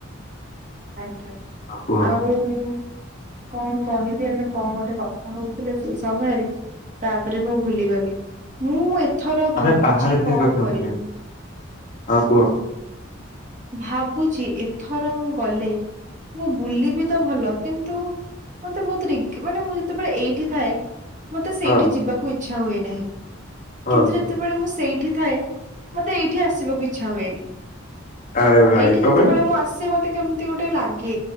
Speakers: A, on the right; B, on the left.
A: ଆଜ୍ଞା
B: ଆଉ କୁହ
A: ଆଉ କଣ କହିବି ଆମେ କଣ ଗୋଟେ କଥା ହଉଥିଲେ ସେଇ ସମୟରେ। ତାପରେ ମୁଁ ଭୁଲିଗଲି ମୁଁ ଏଥର
B: ଆମେ
A: ଭାବୁଚି
B: ବାହାରେ ଭିତରେ
A: କଣ
B: କଥା ହଉଥିଲେ
A: କରିବି।
B: ହଁ କୁହ।
A: ଭାବୁଚି ଏଥର ମୁଁ ଗଲେ ମୁଁ ବୁଲିବି ତ ଭଲ କିନ୍ତୁ ମତେ ବୋହୁତ ରିଗ୍ ମାନେ ମୁଁ ଯେତେବେଳେ ଏଇଠି ଥାଏ ମତେ ସେଇଠି
B: ହଁ
A: ଯିବାକୁ ଇଚ୍ଛା ହୁଏ ନାହିଁ
B: ହଁ
A: କିନ୍ତୁ ଯଦି ଯେତେବେଳେ ମୁଁ ସେଇଠି ଥାଏ ମତେ ଏଇଠି ଆସିବାକୁ ଇଚ୍ଛା ହୁଏନି।
B: ଆରେ ଭାଇ
A: ଏଇଠି
B: କଣ
A: ଯେତେବେଳେ
B: ପାଇଁ
A: ମୁଁ ଆସେ ମତେ କେମତି ଗୋଟେ ଲାଗେ